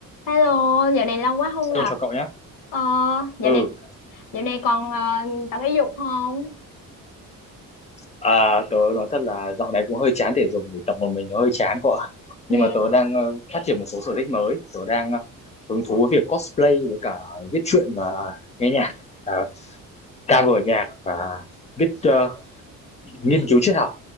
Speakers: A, on the left; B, on the left.
A: Hello, dạo này lâu quá không gặp.
B: tôi cho cậu nhé
A: Ờ, dạo
B: ừ
A: này dạo này còn ờ, tập thể dục không?
B: à, tớ nói thật là dạo này cũng hơi chán thể dục vì tập một mình nó hơi chán cậu ạ
A: Dạ.
B: nhưng mà tớ đang ờ, phát triển một số sở thích mới tớ đang ờ, hứng thú với việc cosplay với cả viết truyện và nghe nhạc à, cover nhạc và viết ờ, nghiên cứu triết học